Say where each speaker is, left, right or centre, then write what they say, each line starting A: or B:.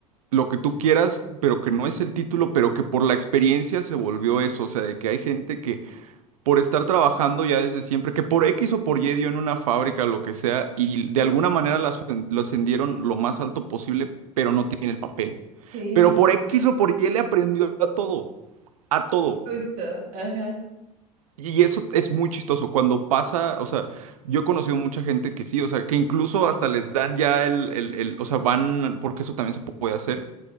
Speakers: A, on the right; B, on the right.
A: lo que tú quieras, pero que no es el título, pero que por la experiencia se volvió eso, o sea, de que hay gente que por estar trabajando ya desde siempre, que por X o por Y dio en una fábrica, lo que sea, y de alguna manera la asen- lo ascendieron lo más alto posible, pero no tiene el papel.
B: Sí,
A: Pero por X o por Y le aprendió a todo, a todo.
B: justo, ajá.
A: Y eso es muy chistoso. Cuando pasa, o sea, yo he conocido mucha gente que sí, o sea, que incluso hasta les dan ya el, el, el, o sea, van, porque eso también se puede hacer